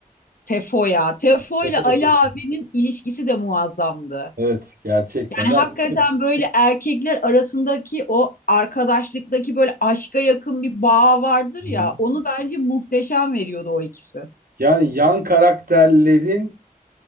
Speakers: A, on the left (about 70°); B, on the right (about 80°).
A: Tefo'ya. Tefo
B: Tefo
A: ile Ali
B: da çok
A: abinin
B: iyi.
A: ilişkisi de muazzamdı.
B: Evet. Gerçekten.
A: Yani
B: Ya
A: hakikaten
B: düşün.
A: böyle erkekler arasındaki o arkadaşlıktaki böyle aşka yakın bir bağ vardır ya.
B: Hı hı.
A: Onu bence muhteşem veriyordu o ikisi.
B: Yani yan karakterlerin